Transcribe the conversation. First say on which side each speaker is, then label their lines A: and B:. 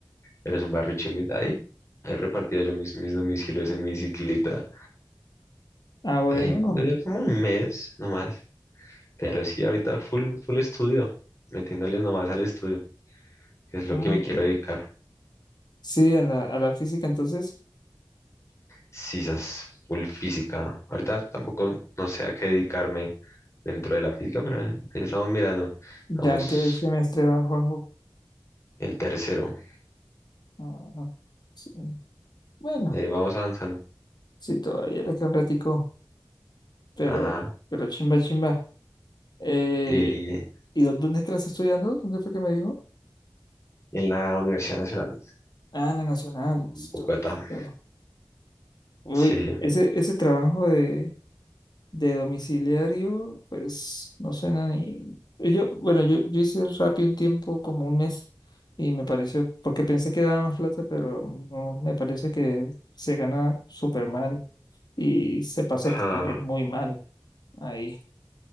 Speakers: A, on the left; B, on the left.
A: eres un barrio chimbita ahí. Ahí repartía yo mis, mis domicilios en mi bicicleta.
B: Ah, bueno.
A: Ahí,
B: no.
A: eh, como un mes nomás. Pero sí, ahorita full, full estudio, metiéndole nomás al estudio, que es lo
B: Ah,
A: que me quiero dedicar.
B: sí, a la, a la física, entonces,
A: Sisas, full física. Ahorita tampoco no sé a qué dedicarme dentro de la física, pero eh, estamos mirando.
B: ¿ya
A: Vamos
B: en qué semestre va Juanjo?
A: en tercero.
B: Ah, sí. Bueno,
A: Ahí vamos avanzando.
B: sí, todavía le queda un ratico, pero,
A: Ajá.
B: pero chimba, chimba. Eh,
A: Y
B: ¿y dó- dónde es que la está estudiando? ¿Dónde fue que me dijo?
A: en la Universidad Nacional,
B: Ah, en la Nacional, listo,
A: en Bogotá.
B: listo. Uy,
A: Sí.
B: ese, ese trabajo de, De domiciliario, pues no suena ni. Yo, bueno, yo, yo hice Rappi un tiempo, como un mes, y me pareció, porque pensé que daba más plata, pero no, me parece que se gana súper mal y se pasa
A: Ajá.
B: t- también muy mal ahí.